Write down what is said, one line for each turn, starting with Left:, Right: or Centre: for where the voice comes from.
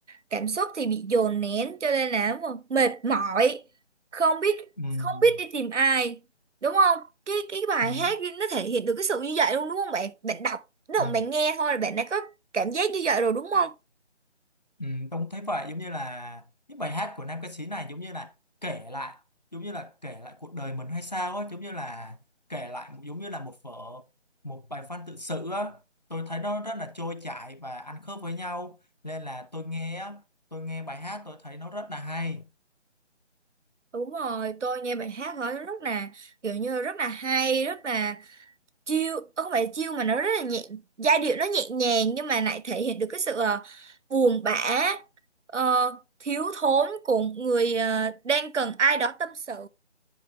Right: cảm xúc thì bị dồn nén cho nên là mà mệt mỏi không biết
Left: ừ
Right: không biết đi tìm ai đúng không cái cái bài
Left: ừ
Right: hát đi, nó thể hiện được cái sự như vậy luôn đúng không bạn bạn đọc đúng
Left: ừ
Right: không bạn nghe thôi là bạn đã có cảm giác như vậy rồi đúng không
Left: Ừ, Tông thấy vậy giống như là những bài hát của nam ca sĩ này giống như là kể lại giống như là kể lại cuộc đời mình hay sao á giống như là kể lại giống như là một vở một bài văn tự sự á tôi thấy nó rất là trôi chảy và ăn khớp với nhau nên là tôi nghe á tôi nghe bài hát tôi thấy nó rất là hay
Right: đúng rồi tôi nghe bài hát đó rất là kiểu như rất là hay rất là chill ờ, không phải chill mà nó rất là nhẹ giai điệu nó nhẹ nhàng nhưng mà lại thể hiện được cái sự ờ, buồn bã ờ, thiếu thốn của một người ờ, đang cần ai đó tâm sự